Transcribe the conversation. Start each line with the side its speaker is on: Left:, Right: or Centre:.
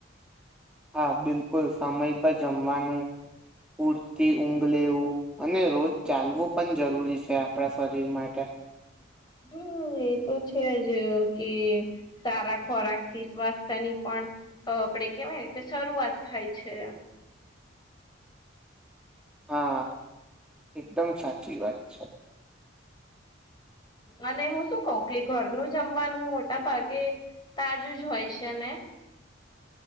Centre: હા બિલકુલ સમય પર જમવાનું પૂરતી ઊંઘ લેવું અને રોજ ચાલવું પણ જરૂરી છે આપણા શરીર માટે
Left: <inaudible> હમ એ તો છે જ કે સારા ખોરાક થી સ્વાસ્થ્ય ની પણ આપડે કેવાય કે શરૂઆત થાય છે
Centre: હા એકદમ સાચી વાત છે
Left: અને હું શું કઉ કે ઘરનું જમવાનું મોટા ભાગે તાજું જ હોય છે ને